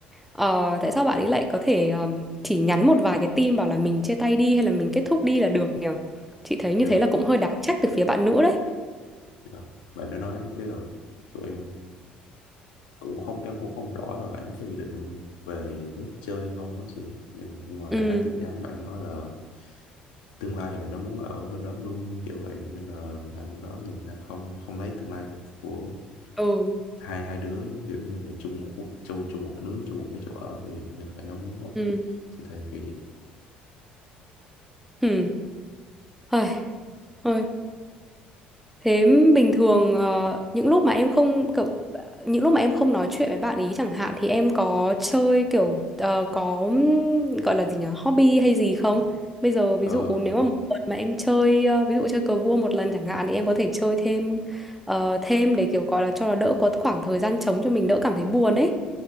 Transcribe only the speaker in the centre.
ờ, tại sao bạn ấy lại có thể ờm, chỉ nhắn một vài cái tin bảo là mình chia tay đi hay là mình kết thúc đi là được nhỉ chị thấy như
thế là cũng hơi đáng trách từ phía bạn nữ đấy
ừ
ừ
ừ
ừ thôi thôi thế bình thường ờ, những lúc mà em không cậu- những lúc mà em không nói chuyện với bạn ý chẳng hạn thì em có chơi kiểu ờ, có gọi là gì nhỉ hobby hay gì không bây giờ ví
dụ nếu mà một tuần mà em chơi ờ, ví dụ chơi cờ vua một lần chẳng hạn thì em có thể chơi thêm ờ, thêm để kiểu gọi là cho nó đỡ có khoảng thời gian trống cho mình đỡ cảm thấy buồn ấy